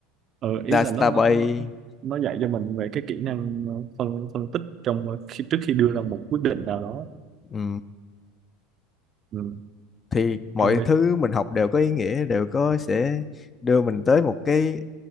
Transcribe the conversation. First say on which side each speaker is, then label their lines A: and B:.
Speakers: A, on the right; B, on the left.
A: ờ, ý
B: database
A: là nó nó nó nó dạy cho mình về cái kỹ năng ờ, phân phân tích trong ờ, khi, trước khi đưa ra một quyết định nào đó
B: ừ.
A: ừ,
B: thì mọi
A: trong bên
B: thứ mình học đều có ý nghĩa đều có sẽ đưa mình tới một cái